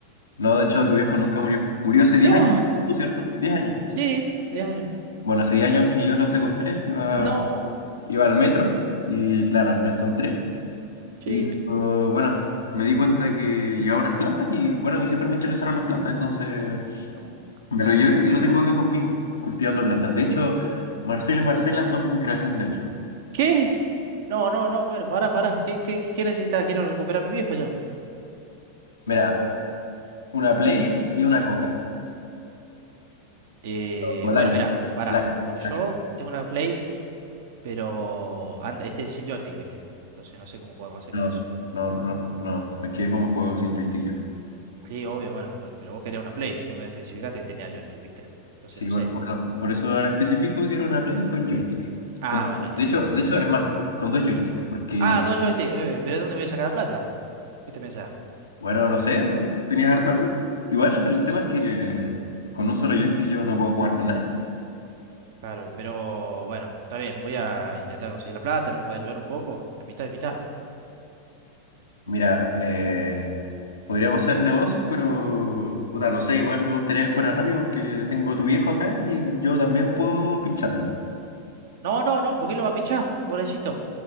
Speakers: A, on the left; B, on the right.
A: No, de hecho, tu viejo nunca murió. Murió hace 10
B: No,
A: años, ¿tú cierto? diez años.
B: sí, Diez años.
A: Bueno, hace 10 años que yo lo secuestré, iba,
B: No,
A: iba al metro y claro, lo encontré.
B: sí,
A: Y oh, bueno, me di cuenta que llevaba unas plantas y bueno, a mí siempre me interesaron las plantas, entonces
B: no,
A: me lo llevé y lo tengo acá conmigo, cultivando plantas.
B: no.
A: De hecho, Marcelo y Marcela son creación de él.
B: ¿Qué? No, no, no, bueno, pará, pará. ¿Qué, qué, qué necesitas? Quiero recuperar a mi viejo yo.
A: Mira, una Play y una Coca.
B: Eh,
A: O Light,
B: bueno, mirá, pará.
A: Light,
B: Porque
A: Light.
B: yo tengo una Play, pero anda, este es sin joystick, ¿viste? Entonces no sé cómo podemos hacer
A: No,
B: con eso.
A: no, no, no. Es que como juego sin joystick yo.
B: Sí, obvio, bueno, pero, pero vos querías una Play. No me especificaste que tenía joystick, ¿viste? Entonces
A: Sí,
B: no
A: bueno,
B: sé.
A: bueno, por eso ahora especifico que era una Play con joystick.
B: Ah,
A: Con-
B: bueno, ahí está,
A: de hecho,
B: bueno.
A: de hecho, es más, con dos joysticks, porque
B: Ah, dos joysticks. Eh, pero ¿de dónde voy a sacar la plata? ¿Qué te pensás?
A: Bueno, no sé, tenías harta plata. Igual, el tema es que con un solo joystick yo no puedo jugar con nadie.
B: Claro, pero bueno, está bien, voy a intentar conseguir la plata, ¿no me puede ayudar un poco? La mitad y mitad.
A: Mira, eh, podríamos hacer negocios, pero puta, no sé, igual me gustaría que fuera rápido porque tengo a tu viejo acá y yo también puedo pincharlo.
B: No, no, no, ¿por qué lo va a pinchar? Pobrecito,